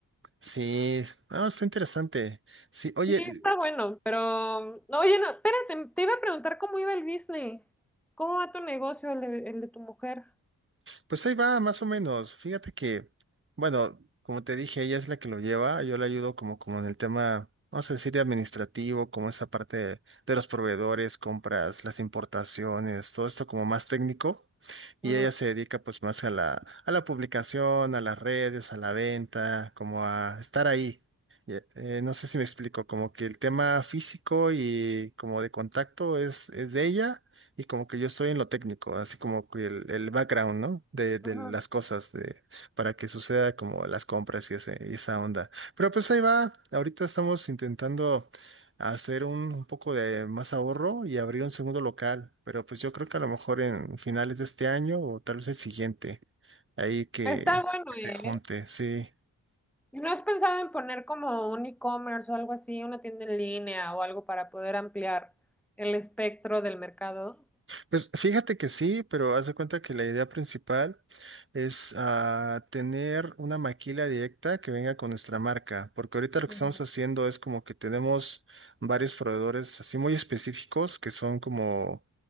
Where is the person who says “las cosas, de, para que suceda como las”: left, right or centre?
Right